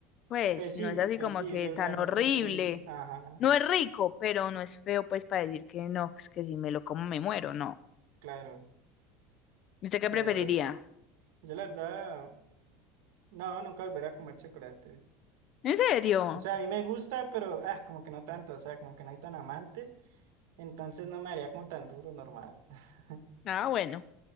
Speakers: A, on the left; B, on the right.
A: pues
B: Pues sí,
A: no es así
B: pues
A: como
B: sí,
A: que
B: es verdad,
A: tan
B: no
A: horrible.
B: es como que, uy, ajá,
A: No es rico, pero no es feo pues para decir que no, pues que si me lo como me muero, no.
B: claro,
A: ¿Usted qué
B: dale
A: preferiría?
B: vas. Yo la verdad, no, nunca volveré a comer chocolate.
A: ¿En serio?
B: O sea, a mí me gusta, pero, ah, como que no tanto, o sea, como que no hay tan amante, entonces no me haría como tan duro, normal. <laughs>
A: Ah, bueno.